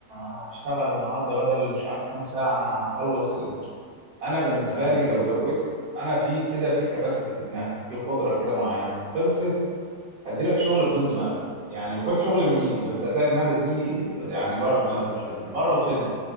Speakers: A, on the right; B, on the left.
A: انا هشتغل النهارده بدل مش عارف كام ساعة انا هخلص ال... انا بالنسبة
B: ايوه
A: لي
B: فاهم
A: لو زودت
B: قصدي
A: انا في كده في كباسيتي في دماغي في قدرة كده معينة خلصت هدي لك شغل بدون دماغ يعني خد شغل من ايدي بس هتلاقي دماغي دي يعني
B: بس هتلاقي
A: بره
B: الشغل
A: ما-
B: مش قد كده
A: بره الخدمه